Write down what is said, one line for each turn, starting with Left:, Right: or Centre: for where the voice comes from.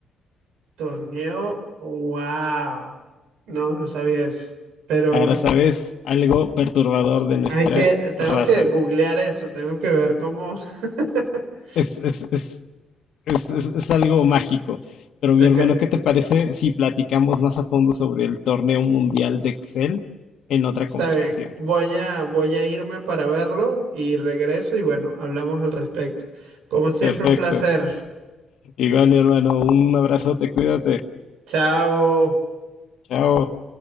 Right: Torneo, wow. No, no sabía eso. Pero
Left: Ahora sabes algo perturbador de nuestra
Right: hay que, tengo
Left: raza.
Right: que googlear eso, tengo que ver cómo. <laughs>
Left: Es, es, es, es, es- es algo mágico. Pero mi
Right: Ok.
Left: hermano, ¿qué te parece si platicamos más a fondo sobre el torneo mundial de Excel en otra
Right: Está
Left: conversación?
Right: bien, voy a, voy a irme para verlo y regreso y bueno, hablamos al respecto. Como siempre,
Left: Perfecto.
Right: un placer.
Left: Igual, mi hermano, un abrazote, cuídate.
Right: Chao.
Left: Chao.